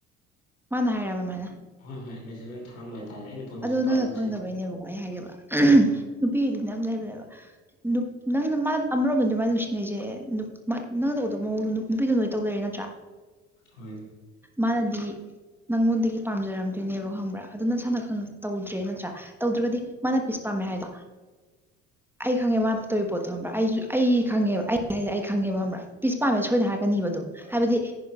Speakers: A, in the centre; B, on the left.
A: ꯃꯥꯅ ꯍꯥꯏꯔꯕ ꯃꯥꯅ
B: ꯍꯣꯏ ꯍꯣꯏ ꯃꯦꯁꯦꯖ ꯑꯣꯏꯅ ꯊꯔꯝꯕ ꯍꯥꯏꯇꯥꯥꯔꯦ ꯑꯩꯅ ꯐꯣꯟꯒꯤ
A: ꯑꯗꯣ
B: ꯁꯨꯝ ꯄꯥꯏꯗꯅ
A: ꯅꯪꯅ ꯈꯪꯗꯕꯩꯅꯦꯕꯀꯣ
B: ꯁꯟ
A: ꯑꯩ ꯍꯥꯏꯒꯦꯕ ꯅꯨꯄꯤꯗꯤ ꯅꯝ ꯂꯩꯕꯅꯦꯕ ꯅꯨꯞ ꯅꯪꯅ ꯃꯥ ꯑꯃꯔꯣꯝꯗ ꯑꯗꯨ ꯃꯥꯏꯅ ꯅꯨꯡꯁꯤꯅꯩꯁꯦ <unintelligible> ꯅꯪꯅ ꯇꯧꯗꯕ ꯃꯑꯣꯡꯗ ꯅꯨꯄꯤꯗꯣ ꯂꯣꯏ ꯇꯧ ꯂꯩꯔꯦ ꯅꯠꯇ꯭ꯔꯥ
B: ꯍꯣꯏ
A: ꯃꯥꯅꯗꯤ ꯅꯪꯉꯣꯟꯗꯒꯤ ꯄꯥꯝꯖꯔꯝꯗꯣꯏꯅꯦꯕ ꯈꯪꯕ꯭ꯔꯥ ꯑꯗꯨ ꯅꯁꯥꯟꯅ ꯈꯪ ꯇꯧꯗ꯭ꯔꯦ ꯅꯠꯇ꯭ꯔꯥ ꯇꯧꯗ꯭ꯔꯒꯗꯤ ꯃꯥꯅ ꯄꯤꯁ ꯄꯥꯝꯃꯦ ꯍꯥꯏꯗꯣ ꯑꯩ ꯈꯪꯉꯦ ꯃꯥꯅ ꯇꯧꯔꯤꯕ ꯄꯣꯠꯇꯣꯕ꯭ꯔꯥ ꯑꯩꯁꯨ ꯑꯩ ꯈꯪꯉꯦꯕ ꯑꯩ ꯍꯥꯏꯁꯦ ꯑꯩ ꯈꯪꯉꯦꯕꯕ꯭ꯔꯥ ꯄꯤꯁ ꯄꯥꯝꯃꯦ ꯁꯣꯏꯅ ꯍꯥꯏꯔꯛꯀꯅꯤꯕ ꯑꯗꯨꯝ ꯍꯥꯏꯕꯗꯤ